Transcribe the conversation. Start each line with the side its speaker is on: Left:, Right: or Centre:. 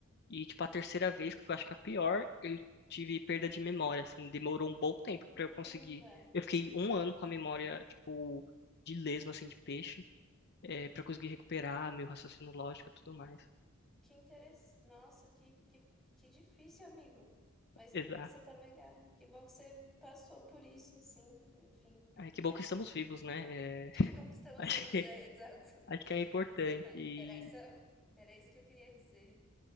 Left: E, tipo, a terceira vez, que foi, acho que a pior, eu tive perda de memória, assim. Demorou um bom tempo
Centre: Caramba.
Left: pra eu conseguir. Eu fiquei um ano com a memória, tipo, de lesma, assim, de peixe, eh, pra conseguir recuperar meu raciocínio lógico e tudo mais.
Centre: Que interessante. Nossa, que, que, que difícil, amigo. Mas
Left: Exato.
Centre: que bom que você tá melhor. Que bom que você passou por isso, assim. Enfim.
Left: Ai, que bom que estamos vivos, né? Eh,
Centre: Que
Left: <laughs>
Centre: bom que estamos
Left: acho
Centre: vivos,
Left: que
Centre: é, <laughs> exato.
Left: Acho que é importante.
Centre: Exatamente.
Left: E,
Centre: Era essa, era isso que eu queria dizer.